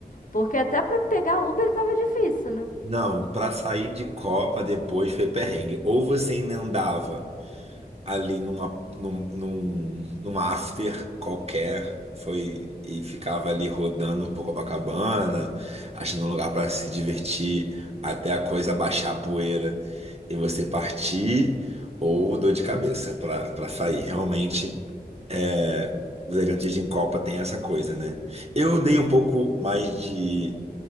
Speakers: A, on the left; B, on the right.
A: Porque até pra pegar Uber tava difícil, né?
B: Não, para sair de Copa depois foi perrengue. Ou você emendava. ali numa, num, num, num after qualquer. Foi e ficava ali rodando por Copacabana, achando um lugar para se divertir, até a coisa baixar a poeira e você partir, ou dor de cabeça para para sair. Realmente, é, os elegantes de Copa tem essa coisa, né? Eu dei um pouco mais de,